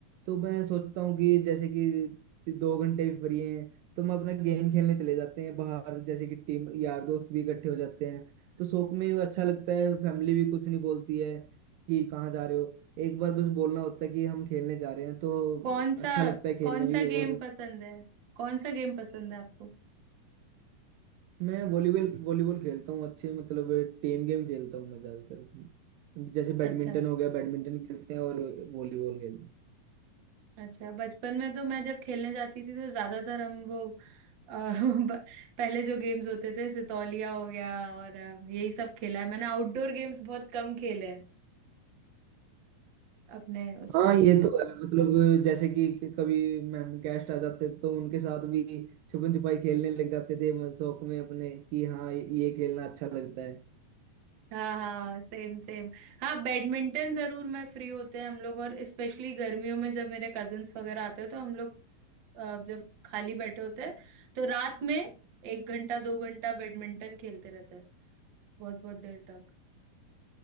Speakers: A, on the right; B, on the right.
A: तो मैं सोचता हूँ कि जैसे कि दो घंटे भी फ्री हैं तो हम अपना गेम खेलने चले जाते हैं बाहर जैसे कि टीम यार दोस्त भी इकट्ठे हो जाते हैं तो शौक में भी अच्छा लगता है फैमिली भी कुछ नहीं बोलती है कि कहाँ जा रहे हो एक बार बस बोलना होता है कि हम खेलने जा रहे हैं तो
B: कौन
A: अच्छा
B: सा
A: लगता है खेलने
B: कौन
A: भी
B: सा गेम
A: और
B: पसंद है कौन सा गेम पसंद है आपको
A: मैं वॉलीबॉल वॉलीबॉल खेलता हूँ अच्छे मतलब टीम गेम खेलता हूँ मैं ज्यादातर जैसे
B: अच्छा
A: बैडमिंटन हो गया बैडमिंटन खेलते हैं और वॉलीबॉल खेलते हैं
B: अच्छा बचपन में तो मैं जब खेलने जाती थी तो ज्यादातर हम वो अ, <laughs> ब- पहले जो गेम्स होते थे सितौलिया हो गया और अ, यही सब खेला है मैंने आउटडोर गेम्स बहुत कम खेले हैं अपने उसमें
A: हाँ ये तो है मतलब जैसे कि कभी मैम गेस्ट आ जाते तो उनके साथ भी छुपन छुपाई खेलने लग जाते थे म- शौक में अपने कि हाँ ये ये खेलना अच्छा लगता है
B: हाँ हाँ सेम सेम हाँ बैडमिंटन जरूर मैं फ्री होते हैं हम लोग और स्पेशली गर्मियों में जब मेरे कजिन्स वगैरह आते हैं तो हम लोग अ, जब खाली बैठे होते हैं तो रात में एक घंटा दो घंटा बैडमिंटन खेलते रहते हैं बहुत बहुत देर तक